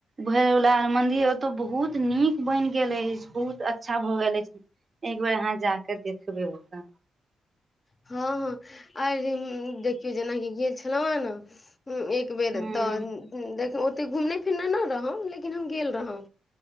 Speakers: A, on the right; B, on the left.
A: भरवला मन्दिर ओतय बहुत नीक बनि गेल अछि बहुत अच्छा भऽ गेल अछि एक बेार यहाँ जाक देखबै ओकरा
B: हँ हँ आर देखियौ जेनाकि गेल छलहुँ हे ने एक बेर
A: हूँ
B: तऽ देख ओते घुमने फिरने न रहौ लेक हम गेल रहौ